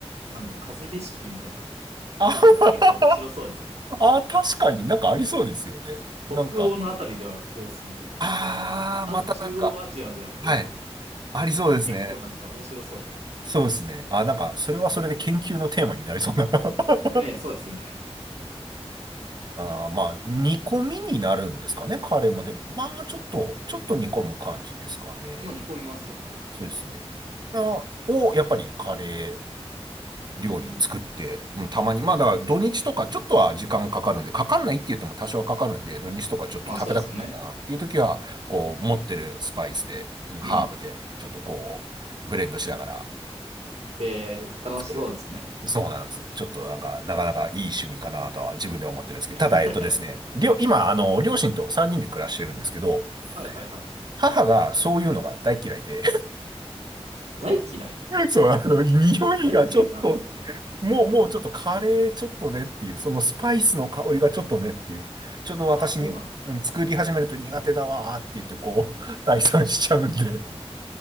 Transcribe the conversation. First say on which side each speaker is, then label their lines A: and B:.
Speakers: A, on the right; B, on the right.
A: なんだろう、風邪レシピみたいな、
B: あ、
A: 調べてみたら結構面白そうですよね。
B: あ、確かになんかありそうですよね。なんか、
A: 北欧のあたりではこうするとか、
B: あー、
A: あ、
B: またなんか、
A: 中央アジアではこうするとか。
B: はい、ありそうですね。
A: 結構なんか面白そうですね。
B: そうですね。あ、なんか、それはそれで研究のテーマになりそうな。<laughs>
A: ねえ、そうですよね。
B: ああ、まあ、煮込みになるんですかね、カレーも。でも、まあ、ちょっと、ちょっと煮込む感じですかね。
A: うん。まあ煮込みますよね。
B: そうですね。あ、を、やっぱりカレー
A: うん。
B: 料理作って、うん、たまに、まあ、だから土日とかちょっとは時間かかるんで、かかんないって言っても多少はかかるんで、土日とかちょっと食べたかったなっていう時は、
A: まあそうですよね。
B: こう、持ってるスパイスで、うんハーブで、
A: うん。
B: ちょっとこう、ブレンドしながら
A: えー、楽しそうですね。
B: 作る。そうなんですよ。ちょっとなんか、なかなかいい趣味かなとは自分で思ってるんですけど、
A: <laughs>
B: ただ、えっとですね、りょ、今、あの、両親と3人で暮らしてるんですけど、
A: はいはいはい。
B: 母がそういうのが大嫌いで、
A: 大嫌い
B: <laughs> そう、あの、匂いがちょっと、
A: 大嫌いって何ですか
B: もう、もうちょっとカレーちょっとねっていう、そのスパイスの香りがちょっとねっていう、ちょっと私に、
A: あ、そうなんですね。
B: うん、作り始めると苦手だわーって言って、こう、<laughs> 退散しちゃうんで。